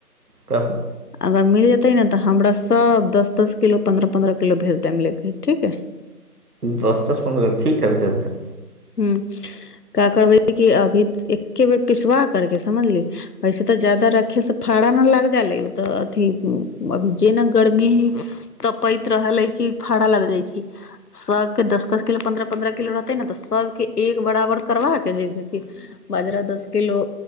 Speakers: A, on the right; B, on the left.
A: कहु।
B: अगर मिल जेतै ने त हमरा सब दस दस किलो पन्द्रह पन्द्रह किलो भेज देै मिलैके, ठीक ह।
A: दस दस पन्द्रह कि करबै?
B: हुं, का करबै कि अभी एके बेर पिसवा करके समझली ऐसे त जा रखे से फड़ा न लाग जेलै उ त अथि अभी जेना गर्मी है तऽ पै रहल है कि फाड़ा लग जाइ छै, सब के दस दस किलो पन्द्रह पन्द्रह किलो रहतै ने त सभके एक बराबर करबाके जैसे कि बाजरा दस किलो